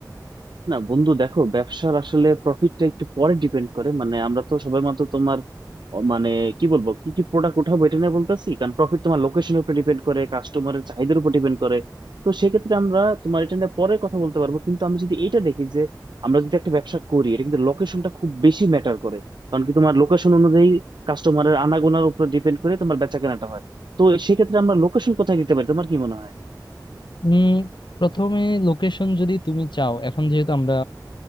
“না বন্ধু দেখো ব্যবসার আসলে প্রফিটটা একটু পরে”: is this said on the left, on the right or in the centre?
Right